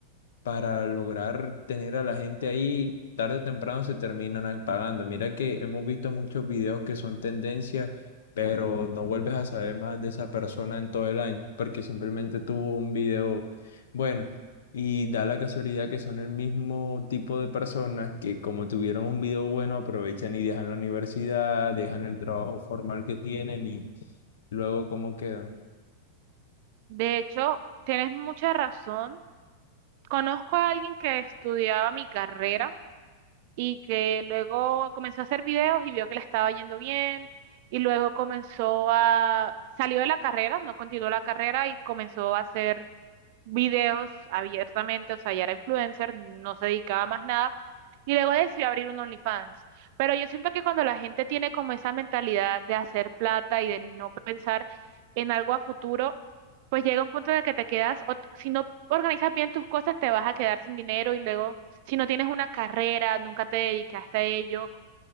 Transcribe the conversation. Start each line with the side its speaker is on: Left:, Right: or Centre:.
Left: para lograr tener a la gente ahí, tarde o temprano se terminan a- pagando Mira que hemos visto muchos videos que son tendencias, pero no vuelves a saber más de esa persona en todo el año, porque simplemente tuvo un video bueno. Y da la casualidad que son el mismo tipo de personas que como tuvieron un video bueno, aprovechan y dejan la universidad, dejan el trabajo formal que tienen y luego cómo quedan.
Right: De hecho, tienes mucha razón Conozco a alguien que estudiaba mi carrera y que luego comenzó a hacer videos y vio que le estaba yendo bien y luego comenzó a, salió de la carrera, no continuó la carrera y comenzó a hacer videos abiertamente, o sea, ya era influencer, no se dedicaba a más nada, y luego decidió abrir un OnlyFans. Pero yo siento que cuando la gente tiene como esa mentalidad de hacer plata y de no pensar en algo a futuro, pues llega un punto en el que te quedas, o t- si no organizas bien tus cosas, te vas a quedar sin dinero y luego, si no tienes una carrera, nunca te dedicaste a ello,